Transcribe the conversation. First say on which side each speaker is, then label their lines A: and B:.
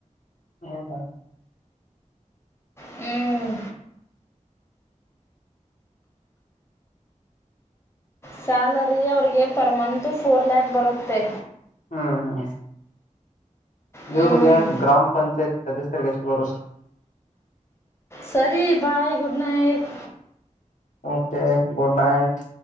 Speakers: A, on the left (about 70°); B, on the left (about 20°).
A: ಹೌದಾ <inaudible>
B: ಹ್ಮ್ ಸ್ಯಾಲರಿ ಅವರಿಗೆ ಪರ ಮಂತು ಫೋರ್ ಲ್ಯಾಕ್ ಬರುತ್ತೆ.
A: ಹ್ಮ ಹಾ ಇವರಿಗೆ
B: ಹ್ಞೂ
A: ಗ್ರಾಮ ಪಂಚಾಯತ ಸದಸ್ಯರಿಗೆಷ್ಟ ಬರುತ್ತೆ
B: ಸರಿ bye good night
A: okay good night